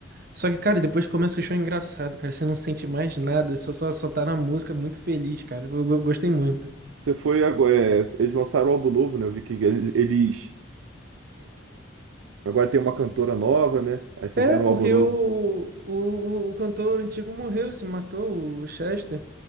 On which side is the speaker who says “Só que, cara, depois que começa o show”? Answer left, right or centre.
Right